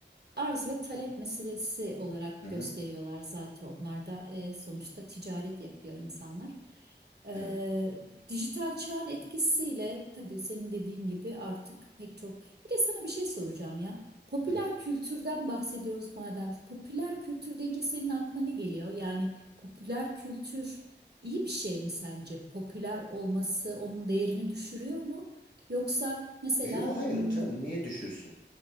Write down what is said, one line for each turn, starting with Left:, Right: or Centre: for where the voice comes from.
Right: arz ve talep meselesi olarak
Left: Hı hı,
Right: gösteriyorlar zaten. Onlar da e, sonuçta ticaret yapıyor insanlar. E,
Left: evet.
Right: dijital çağın etkisiyle tabii senin dediğin gibi artık pek çok. Bir de sana bir şey soracağım ya. Popüler
Left: Hı hı.
Right: kültürden bahsediyoruz madem. Popüler kültür deyince senin aklına ne geliyor? Yani popüler kültür iyi bir şey mi sence? Popüler olması onun değerini düşürüyor mu? Yoksa mesela
Left: Yo hayır
Right: hmm,
Left: canım niye düşürsün?